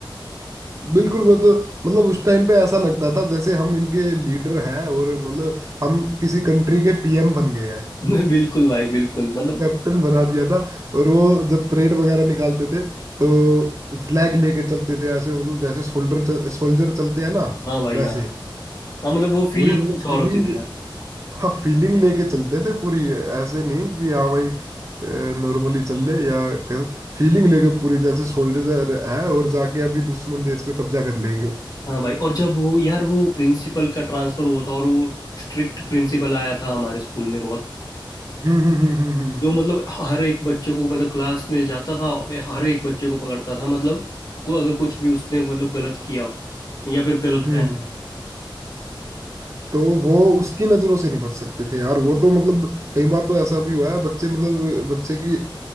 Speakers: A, on the right; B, on the left.
A: बिल्कुल वो तो मतलब उस टाइम पे ऐसा लगता था जैसे हम इनके लीडर हैं और मतलब हम किसी कंट्री के पीएम बन गए हैं
B: <laughs> बिल्कुल भाई बिल्कुल मतलब
A: कैप्टन बना दिया था और वो जब परेड वगैरह निकालते थे तो फ्लैग लेके चलते थे ऐसे मतलब जैसे सोल्डर चल, सोल्जर चलते हैं ना
B: हाँ भाई
A: वैसे
B: हाँ हाँ मतलब वो फीलिंग
A: पूरी वो
B: कुछ
A: फीलिंग
B: और होती थी यार
A: हाँ फीलिंग लेके चलते थे पूरी ऐसे नहीं कि हाँ भाई नॉर्मली चल ले या फीलिंग लेके पूरी जैसे सोल्जर है और जाके अभी दुश्मन देश पे कब्जा कर लेंगे
B: हाँ भाई और जब वो यार वो प्रिंसिपल का ट्रांसफर हुआ था और वो स्ट्रिक्ट प्रिंसिपल आया था हमारे स्कूल में बहुत
A: हम्म हम्म हम्म हम्म
B: जो मतलब हर एक बच्चे को मतलब क्लास में जाता था और हर एक बच्चे को पकड़ता था मतलब को अगर कुछ भी उसने मतलब गलत किया हो या फिर गलत
A: हम्म
B: पहना
A: हम्म। तो वो उसकी नजरों से नहीं बच सकते थे यार वो तो मतलब कई बार तो ऐसा भी हुआ है बच्चे मतलब बच्चे की